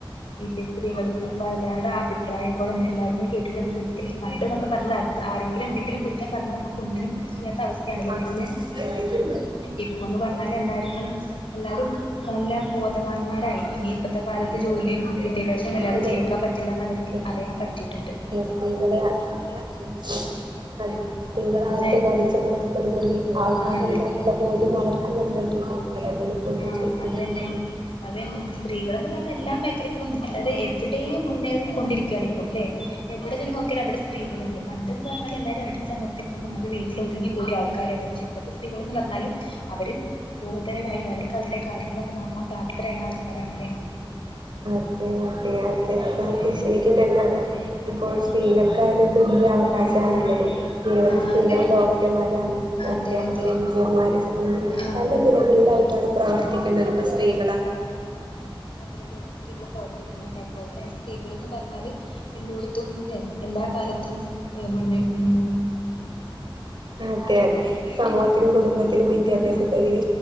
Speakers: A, on the left; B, on the right.
A: ഇ സ്ത്രീകൾക്ക് ഇപ്പ ആരാടെ അഭിപ്രായങ്ങളും എല്ലാരടും കേട്ടിട്ട് നമുക്ക് ഒരിക്കലും പണ്ട്ന്നൊക്കെ പറഞ്ഞ ആരെങ്കിലും എന്തെങ്കിലും കുറ്റം പറഞ്ഞാൽ നമുക്ക് ഒന്നിനും ചെയ്യാത്ത അവസ്ഥയാണല്ലേ
B: ആഹ്
A: വരല്
B: അതെ
A: ഇപ്പൊന്ന് പറഞ്ഞാൽ എല്ലാവർക്കും എല്ലാരും നല്ല ബോധവാന്മാരായി ഇനി ഇപ്പോത്തെ കാലത്ത് ഏത് ജോലിയും വിദ്യാഭ്യാസം ഒന്നില്ലാതെ
B: അതെ
A: ജീവിക്കാൻ
B: അതെ
A: പറ്റില്ല എന്ന് അവർക്ക്
B: അതെ
A: അറിയാൻ പറ്റിട്ടുണ്ട്
B: അതെ സ്ത്രീകളെ അതെ സ്ത്രീകളെ അകത്ത്
A: ല്ലെ
B: അടിച്ചമർത്തിപ്പെടുന്ന ഒരു- ആൾക്കാരെല്ലാം
A: ആഹ് അതന്നെ
B: ഉള്ള ബോധ്യം അവർക്കും വന്നിട്ടുണ്ട് അതുകൊണ്ട്ന്നെപ്പോ ഒന്നും
A: ആഹ്
B: ചെയ്യ
A: അതന്നെ
B: ആരും
A: അതന്നെ സ്ത്രീകൾന്ന് പറഞ്ഞ എല്ലാ മേഖലകളും അല്ലാതെ എവിടെയും മുന്നേറി കൊണ്ടിരിക്കുകയാണ് ഇപ്പം അല്ലെ എവിടെ ചെന്ന് നോക്കിയാലും എവിടെ സ്ത്രീകളണ്ട് പണ്ട്ന്ന് പറഞ്ഞാൽ എല്ലാരും അടിച്ചമർത്തികൊണ്ടും അവര് വീട്ടില് ഒതുങ്ങി കൂടി ആൾക്കാർ ഇന്ന് പക്ഷെ ഇപ്പഴത്തെ സ്ത്രീകൾന്ന് പറഞ്ഞാല് അവരും - തേടായി അവർക്ക് അവരുടെ കാര്യങ്ങളൊക്കെ നോക്കാൻ പ്രാപ്തരായ ആൾക്കാരാണല്ലേ
B: അതെ അതെ അതെ അതെ
A: ഉം
B: ശരി തന്നെയാണ് ഇപ്പോ
A: ഉം
B: സ്ത്രീകൾക്കായാലും- തുല്ല്യ അവകാശാണുള്ളത്
A: ആഹ് ആഹ്
B: നിരവധി
A: ആഹ്
B: സ്ത്രീകൾ
A: അതെ
B: ഡോക്ടർമാർ
A: അതെ
B: അധ്യാപകരും-
A: അതെ
B: സംബന്ധിച്ചു
A: ആഹ്
B: പല നിലകളിലായിട്ടാണ് പ്രവർത്തിക്കുന്നത് ഇപ്പ സ്ത്രി-
A: ആ അതന്നെ പല മേഖലകളിലും സ്ത്രീകൾ പ്രവർത്തിക്കുന്നുണ്ട് അതുപോലെ തന്നെ സ്ത്രീകൾ എന്ന് പറഞ്ഞാല് എല്ലോടത്തും- ത്തുംല്ലെ എല്ലാ കാലത്തും എ മുന്നിറ്റ്
B: അതെ അതെ സമൂഹത്തിലും
A: ആ
B: കുടുംബത്തിലും വിദ്യാഭ്യാസം
A: ആ
B: ഉണ്ടോ അതിനു